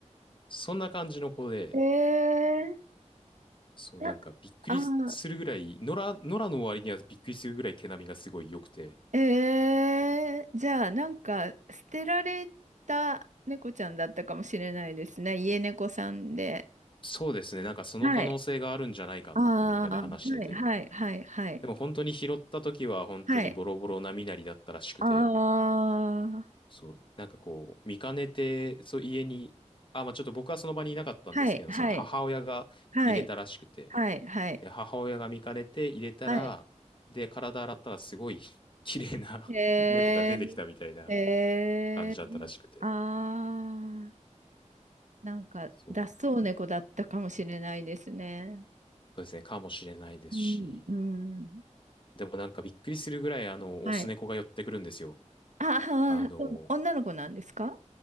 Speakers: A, on the left (about 40°); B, on the right (about 75°).
A: そんな感じの子で、
B: ええ
A: そうなんかびっくりするぐらい、
B: なあー、
A: 野良、野良の割にはびっくりするぐらい毛並みがすごい良くて、
B: ええじゃあ、なんか、捨てられた猫ちゃんだったかもしれないですね。家猫さんで。
A: そうですね、なんかその可能性があるんじゃないかってみんなで話してて、
B: はい。ああ、はいはいはいはい。
A: でも本当に拾った時は本当にボロボロな身なりだったらしくて、
B: はい。ああ、
A: そう、なんかこう、見かねて、そう、家に、あ、まあちょっと僕はその場にいなかったんですけど、
B: はいはい
A: その母親が入れたらしくて、
B: はいはいはい。
A: で、母親が見かねて入れたら、
B: はい。
A: で、体洗ったらすごい <laughs> 綺麗な
B: え
A: <laughs> 猫が出てきたみたいな
B: えええ
A: 感じだったらしくて、
B: ああー。なんか、
A: そう、
B: 脱走猫だったかもしれないですね。
A: そうですね、かもしれないですし、
B: うん、うん。
A: でもなんかびっくりするぐらい、あの、
B: はい。
A: オス猫が寄ってくるんですよ。
B: ああ、
A: あの
B: そう、女の子なんですか